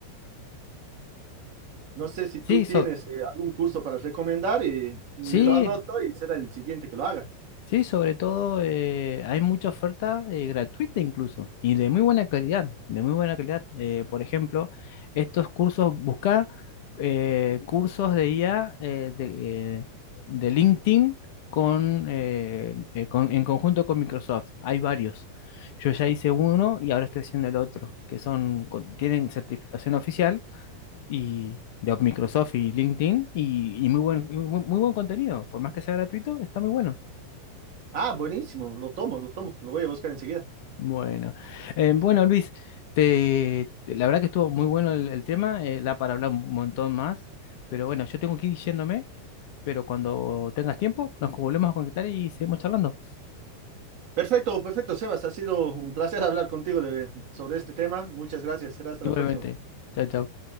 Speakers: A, on the right; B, on the left.
A: No sé si tú
B: Sí,
A: tienes
B: so-
A: eh, algún curso para recomendar y me
B: sí,
A: lo anoto y será el siguiente que lo haga.
B: Sí, sobre todo eh, hay mucha oferta eh, gratuita incluso y de muy buena calidad, de muy buena calidad. Eh, por ejemplo, estos cursos, buscar eh, cursos de IA eh, de, eh, de LinkedIn con, eh, eh, con- en conjunto con Microsoft. Hay varios. Yo ya hice uno y ahora estoy haciendo el otro, que son, con- tienen certificación oficial y de Microsoft y LinkedIn y, y muy buen, muy muy buen contenido. Por más que sea gratuito, está muy bueno.
A: Ah, buenísimo, lo tomo, lo tomo, lo voy a buscar enseguida.
B: Bueno, Eh, bueno Luis, te, te- la verdad que estuvo muy bueno el, el tema, eh, da para hablar un montón más, pero bueno, yo tengo que ir yéndome, pero cuando tengas tiempo nos volvemos a conectar y seguimos charlando.
A: Perfecto, perfecto, Sebas. Ha sido un placer hablar contigo de, sobre este tema. Muchas gracias. Será hasta
B: Igualmente,
A: la próxima.
B: chao, chao.